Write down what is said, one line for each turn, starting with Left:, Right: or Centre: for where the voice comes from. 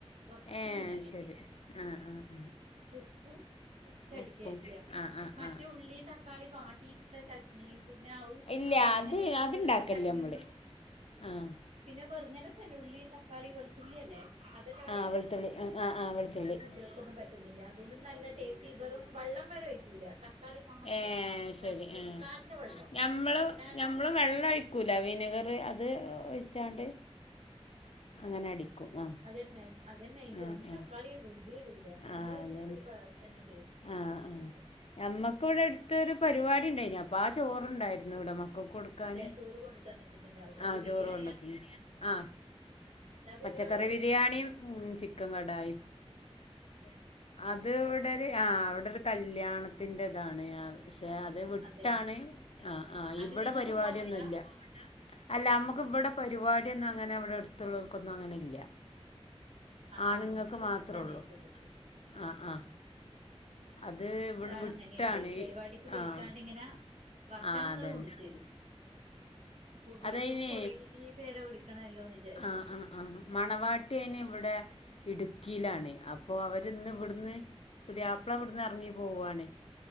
Right: കൊർച്ച്
Left: ഏ
Right: വിനാഗിരി.
Left: ശരി ആഹ് ആഹ് ആഹ്
Right: ഉപ്പും ഇട്ട്ട്ട് അടിക്കാചെയ്യാ.
Left: ഉപ്പും ആഹ് ആഹ്
Right: മറ്റേ
Left: ആഹ്
Right: ഉള്ളി, തക്കാളി വാട്ടിയിട്ട്ള്ള ചട് നീ പിന്നെ അവും
Left: ഇല്ല
Right: ബെറ്ങ്ങനെ
Left: അത്
Right: ച്ചിട്ട്ള്ള
Left: അത്ണ്ടാക്കല്ലേ
Right: ചട്നി
Left: നമ്മള്
Right: ഒന്നും
Left: ആഹ്
Right: പിന്നെ വെർങ്ങനെത്തന്നെ ഉള്ളി, തക്കാളി, വെളുത്തുള്ളി അല്ലേ? അത് കേറീന്ന്.
Left: ആഹ് വെളുത്തുള്ളി ആഹ് ആഹ് വെളുത്തുള്ളി
Right: അത് കുട്ട്യോ ൾക്കൊന്നും പറ്റുന്നില്ല. അതിലും നല്ലത് ടേസ്റ്റി. വെറും വള്ളം വരെ ഒയ്ക്കൂല. തക്കാളി മാത്രം.
Left: ഏ ശരി
Right: തക് തക്കാൾന്റെ
Left: ആഹ്
Right: വെള്ളം.
Left: ഞമ്മള്
Right: അല്ലാണ്ട്
Left: നമ്മള് വെളളാഴിക്കൂല. വിനഗറ് അത് ഒഴിച്ചാണ്ട്
Right: ആഹ്.
Left: അങ്ങനെ അടിക്കും. ആഹ്
Right: അതന്നെ. അതെന്നെ ഈ
Left: ആഹ്
Right: വെറും
Left: ആഹ്
Right: തക്കാളിടും. ഉള്ളിയേടൂല ഉള്ളിയേ
Left: ആഹ് അതന്നെ
Right: ടുമ്പോ ഒരു വേറെ തന്നെ ടേസ്റ്റ്.
Left: ആഹ് ആഹ്
Right: <unintelligible>
Left: ഞമ്മക്ക് ഇവിടടുത്തൊരു പര്പാടിണ്ടായിന് അപ്പൊ ആ ചോറുണ്ടായിരുന്നു ഇവിടെ മക്കക്ക് കൊടു ക്കാന്
Right: ദേ ചോറ് കൊണ്ട് തന്നിട്ടുണ്ടാവും എന്ത്
Left: ആഹ്
Right: ബിരിയാണിയാ
Left: ചോറ് കൊണ്ട്ത്തന്ന് ആ
Right: എന്താ
Left: പച്ചക്കറി
Right: പരിപാടി
Left: ബിരിയാണിയും ഉ ചിക്കൻ കടായിം.
Right: അതെയാ ആ
Left: അത് ഇവിടൊരു ആ അവിടെ ഒരു കല്യാണത്തിന്റെ ഇതാണ് പക്ഷെ അത് വിട്ടാണ്
Right: അതെയാ
Left: ആ ആഹ്
Right: അതിന്
Left: ഇവിടെ
Right: ഇങ്ങക്ക്
Left: പര്പാടിയൊന്നുല്ലൃ.
Right: പോവണ്ടാ
Left: അല്ല നമ്മക്ക് ഇവിടെ പരിപാടിയൊന്നുംങ്ങനെ ഇവിടെ അട്ത്തുള്ളോർക്കൊന്നും അങ്ങനെ ഇല്ലൃ
Right: ആ
Left: ആണ്ങ്ങക്ക്
Right: അങ്ങനെ കൊണ്ട്
Left: മാത്രോള്ളു
Right: തന്നേക്കും എന്നിട്ട്
Left: ആഹ് ആഹ്
Right: <unintelligible>
Left: അത് ഇവടെ വിട്ടാണ്
Right: പരിപാടിക്ക് വിളിക്കാണ്ട്
Left: ആഹ്
Right: ഇങ്ങനാ ഭക്ഷണങ്ങൾ
Left: ആഹ് അതന്നെ
Right: കൊണ്ട് തരും വിളിക്കുമ്പോ
Left: അതയ്ന്
Right: കൊറേ പേരെ വിളിക്കണല്ലോന്ന് വിചാര്ച്ച്
Left: ആ ആ ആ മണവാട്ടി അയിന് ഇവിടെ ഇടുക്കിലാണ് ഓ അവര് ഇന്ന് ഇവിടുന്ന് പുത്യാപ്പള ഇവിടുന്ന് എറ്ങ്ങി പോവാണ്.